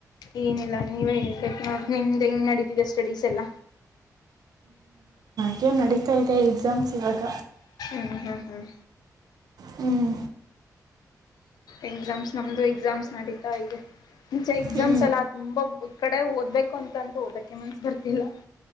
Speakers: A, on the left; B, on the right.
A: ಏನಿಲ್ಲ ನೀವನ ನಿಮ್ದ್ ಹೆಂಗ್ ನಡೀತಿದೆ ಸ್ಟಡೀಸ್ ಎಲ್ಲ
B: ಗೆ ನಡೀತಾ ಇದೆ ಎಕ್ಸಾಮ್ಸ್ ಇವಾಗ
A: ಹ್ಮ್ ಹ್ಮ್ ಹ್ಮ್
B: ಹ್ಮ್
A: ಎಕ್ಸಾಮ್ಸ್ ನಮ್ದು ಎಕ್ಸಾಮ್ಸ್ ನಡೀತಾ ಇದೆ ಮುಂಚೆ ಎಕ್ಸಾಮ್ಸ್
B: ಹ್ಞೂ
A: ಎಲ್ಲ ತುಂಬಾ ಕಡೆ ಓದ್ಬೇಕು ಅಂತ ಅಂತ ಓದಕ್ಕೆ ಮನ್ಸ ಬರ್ತಿಲ್ಲ